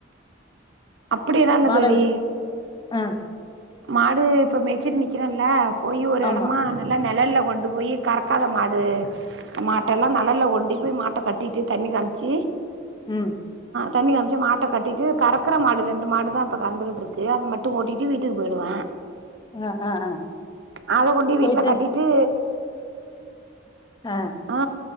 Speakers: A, on the right; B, on the left.
A: அப்புடிஎல்லா இல்ல
B: மாட
A: தோழி
B: விட்டுட்டு ஆ,
A: மாடு இப்ப மேய்சிட்டு நிக்கிறல்ல போயி ஒரு
B: ஆமா.
A: எடமா நல்லா நெழல்ல கொண்டு போயி கறக்காத மாடு மாட்ட எல்லா நெழல்ஷ கொண்டி போயி மாட்ட கட்டிட்டு தண்ணி காம்ச்சி
B: ம்
A: தண்ணி காம்ச்சு மாட்ட கட்டிட்டு கறக்கற மாடு ரெண்டு மாடுதான இப்ப கறந்துகிட்டு இருக்கு அத மட்டு ஓட்டிட்டு வீட் டுக்கு போய்டுவ
B: அ, அ, அ.
A: அத கொண்டு போய் வீட்டுல
B: போயிட்டு
A: கட்டிட்டு
B: ஆ
A: ஆ